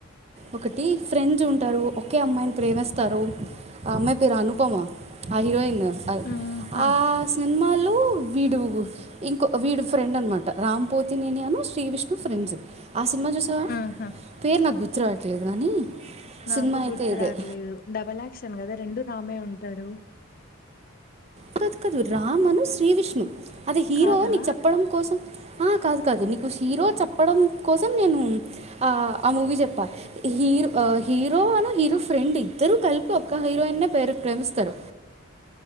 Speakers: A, on the right; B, on the left.
A: ఒకటి ఫ్రెండ్స్ ఉంటరు ఒకే అమ్మాయిని ప్రేమిస్తారు ఆ అమ్మాయి పేరు అనుపమా ఆ హీరోయిన్.
B: ఊహూ
A: ఆ సినిమాలో వీడు ఇంకో వీడు ఫ్రెండ్ అనమాట రామ్ పోతి నేని ఉన్ను శ్రీ విష్ణు ఫ్రెండ్స్. ఆ సినిమా చూసావా
B: ఊహూ
A: పేరు నాకు గుర్తు రావట్లేదు కానీ.
B: నాకు
A: సినిమా
B: గుర్తు
A: అయితే ఇదే
B: రావట్లేదు డబల్ యాక్షన్ కదా. రెండు రామే ఉంటాడు.
A: కాదు కాదు రామను శ్రీ విష్ణు. అది హీరో
B: కాదా
A: నీకు చెప్పడం కోసం ఆ కాదు కాదు నీకు హీరో చెప్పడం కోసం నేను ఆ ఆ మూవీ చెప్పా హీరో హీరో అను హీరో ఫ్రెండ్ ఇద్దరు కలిపి ఒక్క హీరోయిన్నే ప్రేరు ప్రేమిస్తరు.